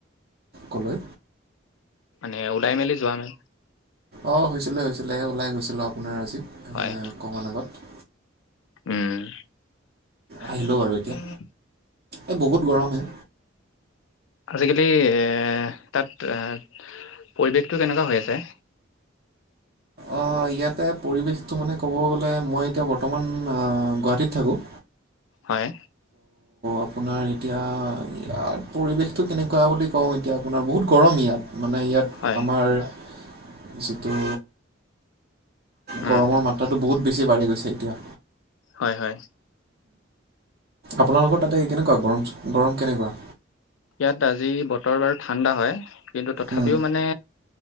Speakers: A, on the right (about 55°); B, on the left (about 75°).
A: কলৈ।
B: মানে ওলাই মেলি যোৱামে
A: অ হৈছিলে হৈছে। চিলে ওলাই গৈছিলোঁ আপোনাৰ আজি
B: হয়
A: অকমান আগত।
B: উম।
A: আহিলোঁ
B: উম-
A: বাৰু এতিয়া
B: উম
A: এই বহুত গৰম। হে
B: আজিকালি এ তাত পৰিৱেশটো কেনেকুৱা হৈ আছে?
A: অ ইয়াতে পৰিৱেশটো মানে ক'ব গ'লে মই এতিয়া বৰ্তমান গুৱাহাটীত থাকো।
B: হয়।
A: আপোনাৰ এতিয়া ইয়াত পৰিৱেশটো কেনেকুৱা বুলি কওঁ এতিয়া আপোনাৰ বহুত। গৰম ইয়াত মানে ইয়াত
B: হয়
A: আমাৰ। যিটো
B: উম,
A: গৰমৰ মাত্ৰাতো বহুত বেছি বাঢ়ি গৈছে। এতিয়া।
B: হয়- হয়।
A: আপোনালোকৰ? তাতে এই কেনেকুৱা গৰম- গৰম কেনেকুৱা।
B: ইয়াত আজি বতৰ বাৰু ঠাণ্ডা হয়। কিন্তু তথাপিও
A: উম।
B: মানে।